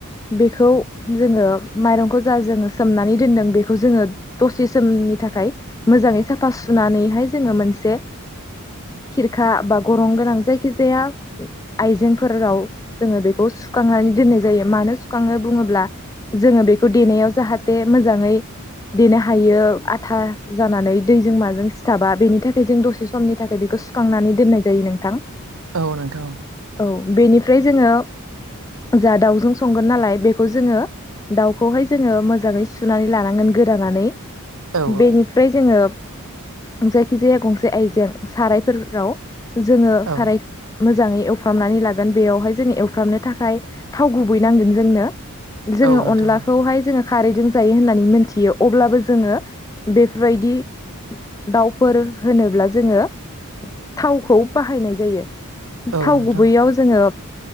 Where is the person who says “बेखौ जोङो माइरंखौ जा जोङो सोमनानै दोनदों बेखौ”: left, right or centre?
Left